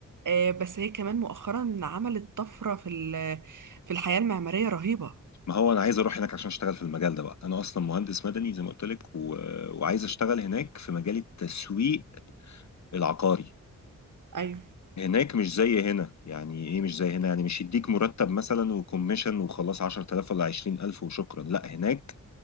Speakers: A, on the right; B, on the left.
A: آه، بس هي كمان مؤخرا عملت طفره في ال- في الحياه المعماريه رهيبه
B: ما هو أنا عايز أروح هناك عشان أشتغل في المجال ده بقى أنا أصلا مهندس مدني زي ما قلت لك و... وعايز أشتغل هناك في مجال التسويق العقاري
A: ايوه
B: هناك مش زي هنا يعني ايه مش زي هنا يعني مش يديك مرتب مثلا وكوميشن وخلاص 10000 ولا 20000 وشكرا لا هناك